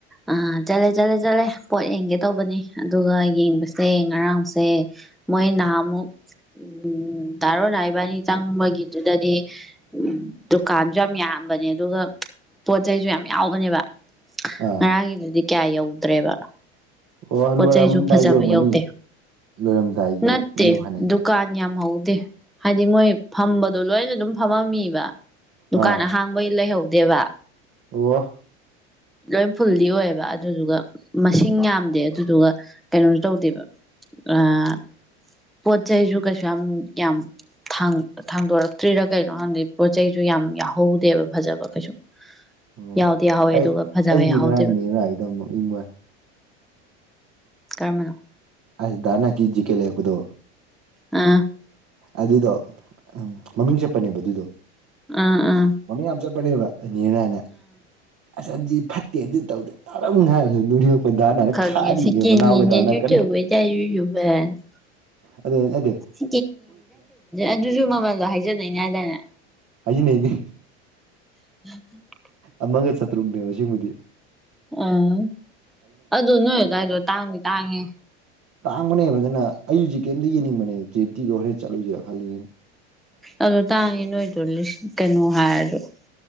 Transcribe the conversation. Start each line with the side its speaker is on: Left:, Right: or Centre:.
Centre: ꯑꯥ ꯆꯠꯂꯦ ꯆꯠꯂꯦ ꯆꯠꯂꯦ ꯄꯣꯠ ꯌꯦꯡꯒꯦ ꯇꯧꯕꯅꯤ ꯑꯗꯨꯒ ꯌꯦꯡꯕꯁꯦ ꯉꯔꯥꯡꯁꯦ ꯃꯣꯏ ꯅꯍꯥꯟꯃꯨꯛ ꯎꯝ ꯗꯥ ꯔꯣꯅꯥꯜ ꯏꯕꯅꯤ ꯆꯪꯕꯒꯤꯗꯨꯗꯗꯤ ꯎꯝ ꯗꯨꯀꯥꯟꯁꯨ ꯌꯥꯝ ꯌꯥꯝꯕꯅꯦ ꯑꯗꯨꯒ ꯄꯣꯠ ꯆꯩꯁꯨ ꯌꯥꯝ ꯌꯥꯎꯕꯅꯦꯕ
Right: ꯑꯥ
Centre: ꯉꯔꯥꯡꯒꯤꯗꯨꯗꯤ ꯀꯌꯥ ꯌꯧꯗ꯭ꯔꯦꯕ
Right: ꯑꯣ
Centre: ꯄꯣꯠ
Right: ꯂꯣꯏꯔꯝꯗꯥꯏꯒꯤ
Centre: ꯆꯩꯁꯨ ꯐꯖꯕ
Right: ꯑꯣꯏꯔꯝꯒꯅꯤ
Centre: ꯌꯧꯗꯦ
Right: ꯂꯣꯏꯔꯝꯗꯥꯏꯒꯤ
Centre: ꯅꯠꯇꯦ
Right: ꯃꯣꯏꯁꯨ ꯍꯥꯟꯅꯩ
Centre: ꯗꯨ ꯀꯥꯟ ꯌꯥꯝ ꯍꯧꯗꯦ ꯍꯥꯏꯗꯤ ꯃꯣꯏ ꯐꯝꯕꯗꯣ ꯂꯣꯏꯅ ꯑꯗꯨꯝ ꯐꯝꯃꯝꯃꯤꯕ
Right: ꯑꯥ
Centre: ꯗꯨꯀꯥꯟ ꯑꯍꯥꯡꯕ ꯂꯩꯍꯧꯗꯦꯕ
Right: ꯑꯣ
Centre: ꯂꯣꯏ ꯐꯨꯜꯗꯤ ꯑꯣꯏꯌꯦꯕ ꯑꯗꯨꯗꯨꯒ ꯃꯁꯤꯡ ꯌꯥꯝꯗꯦ ꯗꯨꯗꯨꯒ ꯀꯩꯅꯣꯁꯨ ꯇꯧꯗꯦꯕ ꯑꯥ ꯄꯣꯠ ꯆꯩꯁꯨ ꯀꯩꯁꯨ ꯌꯥꯝ ꯌꯥꯝ ꯊꯥꯡ ꯊꯥꯡꯗꯣꯔꯛꯇ꯭ꯔꯤꯔꯥ ꯀꯩꯅꯣ ꯍꯥꯟꯗꯤ ꯄꯣꯠ ꯆꯩꯁꯨ ꯌꯥꯝ ꯌꯥꯎꯍꯧꯗꯦꯕ ꯐꯖꯕ ꯀꯩꯁꯨ
Right: ꯑꯣ
Centre: ꯌꯥꯎꯗꯤ ꯌꯥꯎꯍꯧꯋꯦ
Right: ꯑꯩ
Centre: ꯑꯗꯨꯒ ꯐꯖꯕ
Right: ꯑꯩꯗꯤ
Centre: ꯌꯥꯎꯍꯧꯗꯦꯕ
Right: ꯉꯔꯥꯡ ꯌꯦꯡ ꯂꯥꯛꯏꯗꯣ ꯌꯥꯝ ꯅꯣꯛꯅꯤꯡꯕꯋꯥꯅꯦ
Centre: ꯀꯔꯝꯕꯅꯣ
Right: ꯑꯁ ꯗꯥ ꯅꯥꯏꯀꯤ ꯀꯤ ꯖꯤꯀꯦꯠ ꯂꯩꯔꯛꯄꯗꯣ
Centre: ꯎꯝ
Right: ꯑꯗꯨꯗꯣ ꯑꯝ ꯃꯃꯤꯡ ꯆꯠꯄꯅꯦꯕ ꯑꯗꯨꯗꯣ
Centre: ꯎꯝ ꯎꯝ
Right: ꯃꯃꯤꯡ ꯌꯥꯝ ꯆꯠꯄꯅꯦꯕ <unintelligible> ꯍꯥꯏꯅ ꯑꯁ ꯑꯗꯤ ꯐꯠ ꯇꯦ ꯗꯨ ꯇꯧꯗꯦ ꯗꯥꯗꯨꯝ ꯉꯥꯡꯂꯩ ꯅꯣꯡꯅꯤꯡꯉꯛꯄꯥ ꯗꯥ ꯅꯥꯜꯅꯥ
Centre: ꯈꯪꯉꯦ
Right: ꯈꯥꯔꯤ
Centre: ꯁꯦꯀꯦꯟ
Right: ꯅꯦ ꯃꯅꯥꯎꯒꯥ
Centre: ꯍꯦꯟꯒꯁꯨ
Right: ꯗꯥ <unintelligible>
Centre: <unintelligible>
Right: ꯑꯗꯣ ꯑꯗꯦ
Centre: <unintelligible> ꯑꯗꯨꯁꯨ ꯃꯃꯜꯗꯣ ꯍꯥꯏꯖꯟꯅꯩꯅꯦ ꯍꯥꯏꯗꯥꯏꯅꯦ
Right: ꯍꯥꯏꯖꯤꯟꯅꯩꯅꯦ
Centre: <unintelligible>
Right: ꯑꯃꯒ ꯆꯥꯇ꯭ꯔꯨꯛꯅꯦꯕ ꯑꯁꯦꯕꯩꯗꯤ
Centre: ꯎꯝ ꯑꯗꯨ ꯅꯣꯏ ꯑꯗꯨꯋꯥꯏꯗꯣ ꯇꯥꯡꯗ ꯇꯥꯡꯉꯦꯍꯦ
Right: ꯇꯥꯡꯕꯅꯦꯕ ꯐꯖꯅ ꯑꯩꯖꯨ ꯖꯦꯀꯦꯠ ꯑꯃꯗꯤ ꯌꯦꯅꯤꯡꯕꯅꯦ ꯖꯦꯞꯇꯤꯒ ꯍꯣꯔꯦꯟ ꯆꯠꯂꯨꯁꯤꯔ ꯈꯟꯂꯤꯅꯦ
Centre: ꯑꯝ ꯇꯥꯡꯉꯦ ꯅꯣꯏꯗꯣ ꯂꯤꯁꯤꯡ ꯀꯩꯅꯣ ꯍꯥꯏꯔꯁꯨ